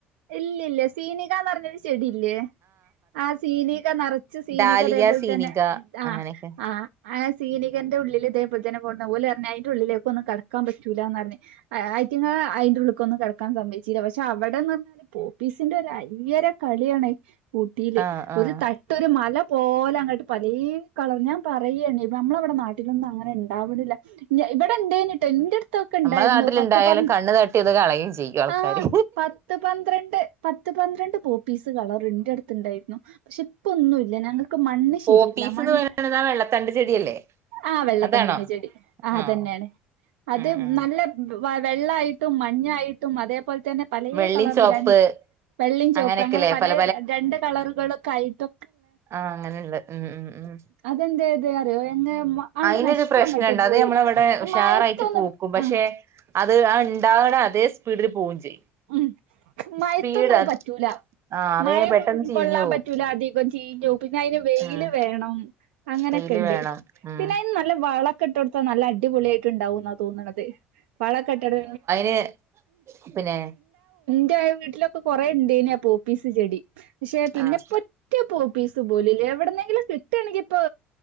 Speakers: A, on the right; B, on the right.
A: ഇല്ലി ഇല്ല സീനികാന്ന് പർണൊരു ചെടി ഇല്ലേ ആഹ് സീനിക നറച്ച് സീനിക
B: ഡാലിയ
A: ഇതേപോൽ
B: സീനിക
A: തെന്നെ ആഹ്
B: അങ്ങനെയൊക്കെ
A: ആഹ് ആഹ് സീനികെൻ്റെ ഉള്ളിൽ ഇതേപോൽ തെന്നെ <unintelligible> ഓൽ പർണ് അയിൻ്റെ ഉള്ളിലേക്ക് ഒന്നും കടക്കാൻ പറ്റുല്ലാന്ന് പർണ് അയിറ്റങ്ങെൾ അയിൻ്റെ ഉള്ള്ക്കൊന്നും കടക്കാൻ സംമ്മെയിച്ചീലാ പക്ഷെ അവടെന്ന് പർണാൽ പോപ്പിസിൻ്റെ ഒര് അയ്യെര കളിയാ ണ് ഊട്ടിൽ
B: ആഹ് ആഹ്
A: ഒര് ത ട്ട് മല പോലെ അങ്ങെട്ട് പലേ കളറ് ഞാൻ പറയെനി നമ്മളെ ഇവെടെ നാട്ടിലൊന്നും അങ്ങനെ ഇണ്ടാവ്ണില്ല ഞാ ഇവെടെ ഇണ്ടെയ്നി ട്ടോ ഇന്റെട് ത്തൊക്കെ
B: നമ്മളെ
A: ഇണ്ടായ്രുന്നു
B: നാട്ടിലുണ്ടായാലും
A: പത്ത് പന്ത്
B: കണ്ണ് തട്ടിയത് കളയും ചെയ്യും ആൾക്കാര്
A: ആഹ് പത്ത് പന്ത്രെണ്ട് പത്ത് പന്ത്രെണ്ട് പോപ്പീസ് കളെറ് ഇൻ്റെ അട്ത്ത് ഇണ്ടായ്രുന്നു പക്ഷെ പ ഇപ്പൊന്നുവില്ല ഞങ്ങക്ക് മണ്ണ്
B: പോപ്പീസ്ന്ന്
A: ശരിയില്ല മണ്-
B: പറയണത് ആ വെള്ളത്തണ്ട് ചെടിയല്ലേ
A: ആ വെള്ളത്തണ്ടിന്റെ
B: അതാണോ
A: ചെടി ആ
B: ആഹ്
A: അതന്നെയാണ് അത്
B: ഉം ഉം
A: നല്ല വെള്ളായിട്ടും മഞ്ഞായി ഇതുപോലെ തന്നെ പലേ
B: വെള്ളിം
A: കളറ്
B: ചോപ്പ്
A: രണ്ട് വെള്ളിം ചോപ്പ്
B: അങ്ങനെയൊക്കെല്ലേ
A: അങ്ങനെ പലേ
B: പല
A: രണ്ട് കളറുകളൊക്കെ ആയിട്ട്
B: ആ അങ്ങനെ ഉള്ള ഉം ഉം ഉം
A: അതെന്തായത് അറിയോ എങ്ങ ആണ്ട്
B: അയിനൊരു
A: നശിച്ചങ്ങട്ട്
B: പ്രശ്നൊണ്ട് അത്
A: പോയി.
B: ഞമ്മളവിടെ ഉഷാറായിട്ട്
A: മഴത്തൊന്നും
B: പൂക്കും പക്ഷെ
A: ആഹ്
B: അത് ആ ഉണ്ടാവണെ അതേ സ്പീഡില് പോവുകയും ചെയ്യും
A: ഉം മഴയത്തൊന്നും
B: സ്പീഡ്
A: അത് പറ്റൂല
B: ആഹ് വേം
A: മഴ
B: പെട്ടെന്ന് ചീഞ്ഞു
A: കൊള്ളാൻ
B: പോവും
A: പറ്റൂല അധികം ചീഞ്ഞ് പോവും പിന്നെ അയിന് വെയില്
B: ഉം
A: വേണം അങ്ങനെയൊക്കെ
B: വെയില്
A: ഇണ്ട്
B: വേണം ഉം
A: പിന്നെ അയിന് നല്ല വളവൊക്കെ ഇട്ടുകൊടുത്താ നല്ല അടിപൊളിയായിട്ട് ഇണ്ടാവുന്നാ തോന്നണത് വളവൊക്കെ ഇട്ടുകൊടു
B: ന്നെ പിന്നെ
A: ൻ്റെ വീട്ടിലൊക്കെ കൊറെ ഉണ്ടെന്നേ പോപ്പിസ് ചെടി പക്ഷെ പിന്നെ
B: ആഹ്
A: ഇപ്പം ഒറ്റ പോപ്പിസ് പോലുല്ലേ എവിടുന്നെങ്കിലും കിട്ടുകയാണെങ്കി ഇപ്പോ